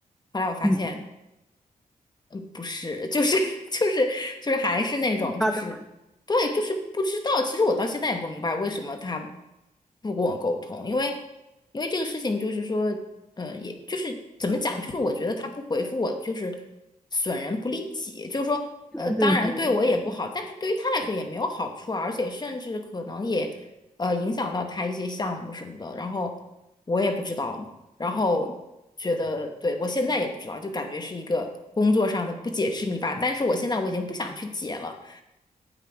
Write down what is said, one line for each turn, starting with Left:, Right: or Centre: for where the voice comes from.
Left: 后来我发现。
Centre: 嗯，
Left: 不是，就是就是就是还是那种就是对，
Centre: 好的吗？
Left: 就是不知道。其实我到现在也不明白为什么他不跟我沟通，因为因为这个事情就是说，呃，也就是怎么讲，就是我觉得他不回复我就是损人不利己，就是说，
Centre: 对对对对对，
Left: 呃，当然对我也不好，但是对于他来说也没有好处啊，而且甚至可能也呃影响到他一些项目什么的，然后我也不知道，然后觉得对我现在也不知道，就感觉是一个工作上的不解之谜吧。但是我现在我已经不想去解了，